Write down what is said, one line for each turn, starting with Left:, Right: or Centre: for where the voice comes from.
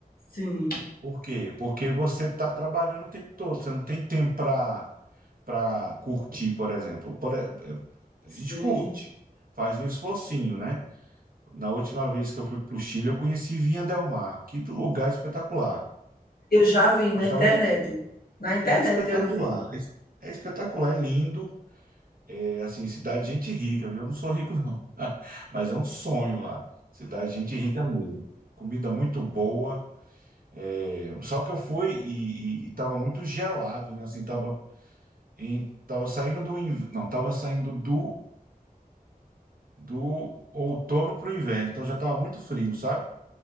Left: Sim,
Right: Por quê? Porque você está trabalhando o tempo todo, você não tem tempo para para curtir, por exemplo. Por e- eh, a
Left: sim.
Right: gente curte, faz um esforcinho, né? Na última vez que eu fui para o Chile, eu conheci Vinha Del Mar. Que lugar espetacular.
Left: Eu já vi
Right: Mas
Left: na internet.
Right: tava,
Left: Na
Right: é
Left: internet
Right: espetacular,
Left: eu vi.
Right: é, es- é espetacular, é lindo. É assim, cidade de gente rica, viu? Eu não sou rico, não. <laughs> Mas é um sonho lá. Cidade de gente rica mesmo. Comida muito boa. É, Só que eu fui e, e, e tava muito gelado, né? Assim, tava em- tava saindo do inv- não, tava saindo do do outono para o inverno, então já tava muito frio, sabe?